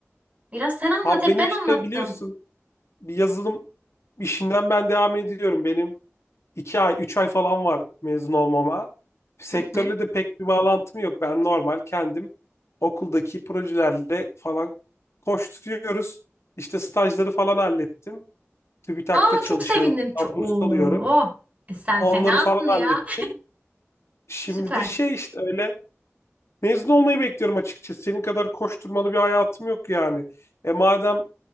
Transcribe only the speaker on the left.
Abi
benim
işte
biliyorsun bir yazılım işinden ben devam ediyorum. Benim iki ay, üç ay falan var mezun olmama. Sektörle
de pek bir bağlantım yok. Ben normal kendim okuldaki projelerle falan koşturuyoruz. İşte stajları falan hallettim. TÜBİTAK'ta
çalışıyorum.
Buradan Burs
alıyorum.
Onları
falan hallettim.
Şimdi
de şey işte öyle mezun olmayı bekliyorum açıkçası. Senin kadar koşturmalı bir hayatım yok yani. E madem